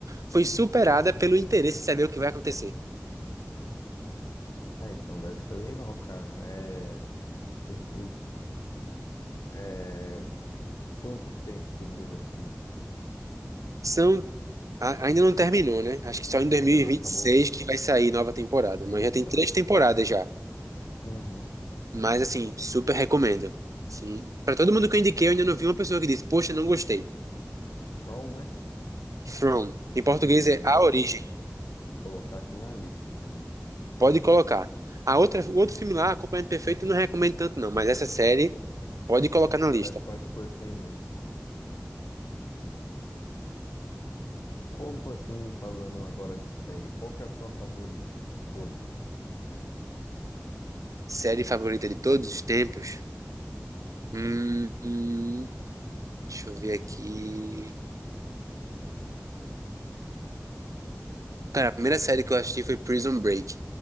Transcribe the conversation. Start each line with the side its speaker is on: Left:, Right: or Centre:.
Right: foi superada pelo interesse em saber o que vai acontecer.
Left: Ah, então deve ser legal, cara. É... E, e- é... Quanto tempo que dura assim?
Right: São, a- ainda não terminou, né? Acho que só em 2026
Left: Ainda não acabou?
Right: que vai sair nova temporada,
Left: Eita.
Right: mas já tem três temporadas já.
Left: Uhum.
Right: Mas assim, super recomendo. Assim, para todo mundo que eu indiquei, eu ainda não vi uma pessoa que disse: "Poxa, não gostei".
Left: From, né?
Right: From, em português
Left: Beleza.
Right: é A Origem.
Left: Colocar aqui na lista, então.
Right: Pode colocar.
Left: É.
Right: A outra, o outro filme lá, Acompanhamento Perfeito, eu não recomendo tanto não, mas essa série pode colocar
Left: Essa
Right: na
Left: série
Right: lista.
Left: pode pôr sem medo. Qual, assim, falando agora de série, qual que é a sua favorita de todos assim?
Right: Série favorita de todos os tempos. Hum, hum, deixa eu ver aqui. Cara, a primeira série que eu assisti foi Prison Break.